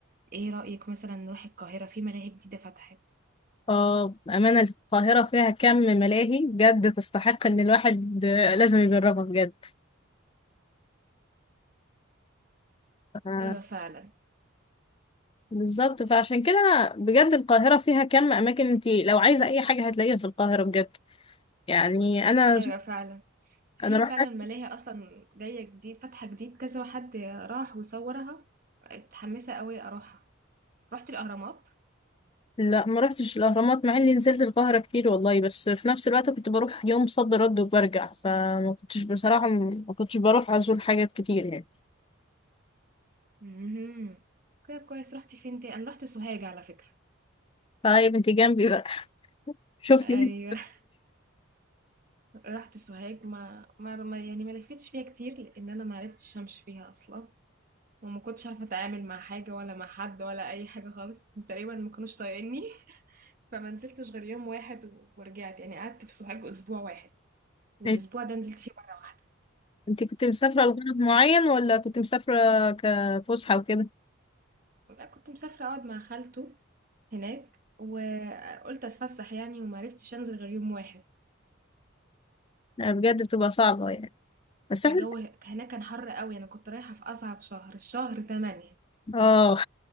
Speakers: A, on the right; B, on the left.
A: ايه رأيك مثلا نروح القاهرة في ملاهي جديدة فتحت
B: اه بأمانة القاهرة فيها كم ملاهي بجد تستحق ان الواحد آه، لازم يجربها بجد آه،
A: أيوة فعلا
B: بالظبط فعشان كده أنا بجد القاهرة فيها كم اماكن انت لو عايزة اي حاجة هتلاقيها في القاهرة بجد يعني انا
A: أيوة فعلا في
B: انا رحت
A: فعلا ملاهي أصلا جاية جديد فاتحة جديد كذا حد راح وصورها متحمسة قوي أروحها رحت الأهرامات
B: لا ما رحتش الاهرامات مع اني نزلت القاهرة كتير والله بس في نفس الوقت كنت بروح يوم صد رد وبرجع فما كنتش بصراحة ما كنتش بروح ازور حاجات كتير يعني
A: امم كده كويس رحت فين تاني أنا رحت سوهاج على فكرة
B: طيب انت جنبي بقى <laughs> شفتي
A: أيوة <laughs> رحت سوهاج ما ما ما- يعني ما لفتش فيها كتير لأن أنا ما عرفتش أمشي فيها أصلا وما كنتش عارفه اتعامل مع حاجه ولا مع حد ولا اي حاجه خالص وتقريبا ما كانوش طايقيني <laughs> فما نزلتش غير يوم واحد و- ورجعت يعني قعدت في سوهاج اسبوع واحد والاسبوع
B: إيه؟
A: ده نزلت فيه مره واحده
B: انت كنت مسافرة
A: طب-
B: لغرض معين ولا كنت مسافرة كفسحة وكده
A: لا كنت مسافره اقعد مع خالته هناك وقلت اتفسح يعني وما عرفتش انزل غير يوم واحد
B: لا، بجد بتبقى صعبة يعني بس
A: الجو
B: احنا
A: هناك كان حر قوي انا كنت رايحه في اصعب شهر شهر 8
B: اه